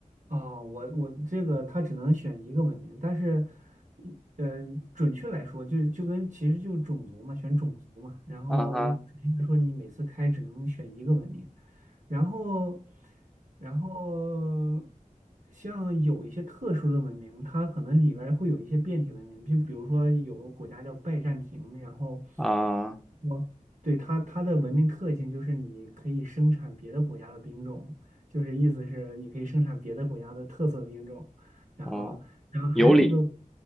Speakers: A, on the right; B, in the centre.
A: 啊，我我这个他只能选一个文明，但是，呃，准确来说，就是就跟其实就是种族嘛，选种族嘛。然后准确说，
B: 啊哈
A: 你每次开只能选一个文明，然后，然后像有一些特殊的文明，它可能里边儿会有一些变体文明，就比如说有个国家叫拜占庭，然后
B: 啊
A: 我对它它的文明特性就是你可以生产别的国家的兵种。就是意思是你可以生产别的国家的特色兵种，然后，
B: 哦，
A: 然后还有一个，
B: 有理